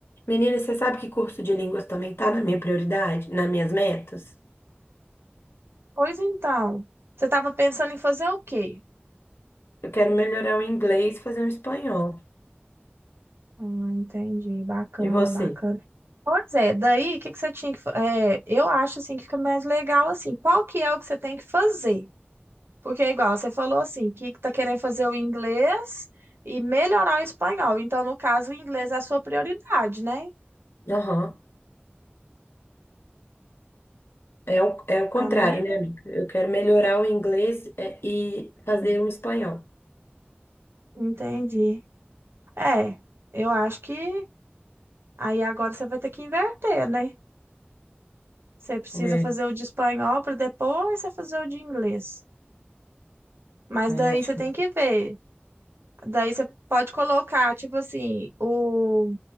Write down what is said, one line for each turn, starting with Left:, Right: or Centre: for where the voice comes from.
Left: Menina, você sabe que curso de línguas também tá na minha prioridade, nas minhas metas?
Right: Pois então, você estava pensando em fazer o quê?
Left: Eu quero melhorar o inglês, e fazer um espanhol.
Right: Hum, entendi, bacana,
Left: E você?
Right: bacana. Pois é, daí, o que que você tinha que... fa- É, eu acho, assim, que fica mais legal, assim, qual que é o que você tem que fazer? Porque é igual, você falou assim, que tá querendo fazer o inglês e melhorar o espanhol. Então, no caso, o inglês é a sua prioridade, né,
Left: Aham. É o, é o contrário,
Right: amiga?
Left: né, amiga? Eu quero melhorar o inglês é, e fazer um espanhol.
Right: Entendi. É, eu acho que aí agora você vai ter que inverter, né? Você precisa
Left: É.
Right: fazer o de espanhol para depois você fazer o de inglês. Mas
Left: É,
Right: daí
Left: acho
Right: você
Left: que
Right: tem que ver. Daí você pode colocar, tipo assim, o,